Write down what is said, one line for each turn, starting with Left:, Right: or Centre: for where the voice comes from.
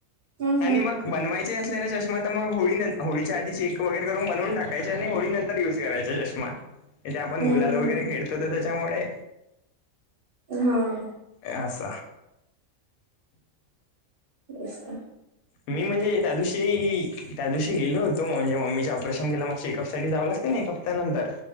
Right: हम्म
Left: आणि
Right: हम्म
Left: मग बनवायचे असल्याने च्मा तर मग होळी न होळीच्या आधी चे वगर करून बनूनाकायचे आणि होळी नंतर य करायचा चष्मा, इथे आपण
Right: हम्म
Left: गुलाल
Right: हम्म
Left: वगैरे
Right: हम्म
Left: खेळतो त त्याच्यामुळे
Right: ह.
Left: य अस.
Right: तेस त.
Left: मी म्हणजे, त्यादीवशी त्या दिवशी गेलो होतो म्हजे मम्मी ऑपरेशन केलं मग चेकअप सा जाव लागते ना एक हप्त्यानंतर.